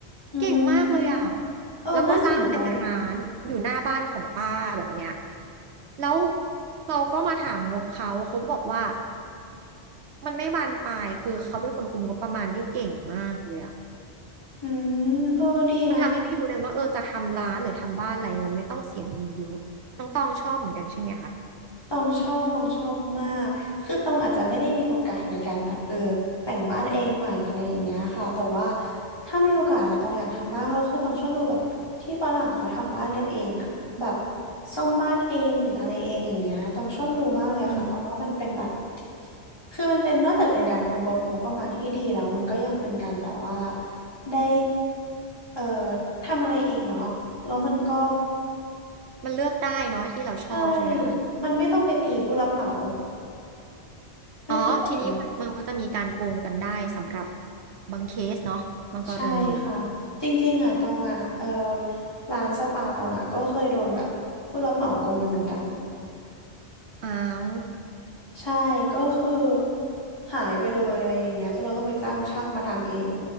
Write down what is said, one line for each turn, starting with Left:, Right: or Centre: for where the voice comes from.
Left: อื
Right: เก่งมากเลยอ่ะ
Left: มเออน่าสนใจ
Right: แล้วก็สร้างเป็นร้านอยู่หน้าบ้านของป้าแบบเนี้ยแล้วเราก็มาถามงบเขาเขาบอกว่ามันไม่บานปลายคือเขาเป็นคนคุมงบประมาณได้เก่งมากเลยอ่ะ
Left: อืมเออดีนะคะ
Right: มันทำให้พี่รู้เลยว่าเออจะทำร้านหรือทำบ้านอะไรมันไม่ต้องเสียเงินเยอะน้องตองชอบเหมือนกันใช่ไหมคะ
Left: ต้องชอบต้องชอบมาก คือต้องอาจจะไม่ได้มีโอกาสในการแบบเออแต่งบ้านเองใหม่อะไรอย่างเงี้ยค่ะแต่ว่าถ้ามีโอกาสอะต้องอยากทำมากเพราะคือต้องชอบดูแบบที่ฝรั่งเขาทำบ้านกันเองอะแบบซ่อมบ้านเองหรืออะไรเองอย่างเงี้ยต้องชอบดูมากเลยค่ะแต่ว่ามันเป็นแบบ
Right: อืม
Left: คือมันเป็นนอกจากเป็นการคุมงบประมาณที่ดีแล้วมันก็ยังเป็นการแบบว่าได้เอ่อทำอะไรเองเนาะแล้วมันก็
Right: มันเลือกได้เนาะที่เราชอบใช่ไหมคะ
Left: ใช่มันไม่ต้องไปตีผู้รับเหมา นั่นคือประเด็น
Right: อ๋อทีนี้มันมันก็จะมีการโกงกันได้สำหรับบางเคสเนาะบางกรณี
Left: ใช่ค่ะจริงๆอ่ะตองอ่ะเออร้านสปาตองอ่ะก็เคยโดนแบบผู้รับเหมาโกงไปเหมือนกัน
Right: อ้าว
Left: ใช่ก็คือหายไปเลยอะไรอย่างเงี้ยจนเราต้องไปจ้างช่างมาทำเอง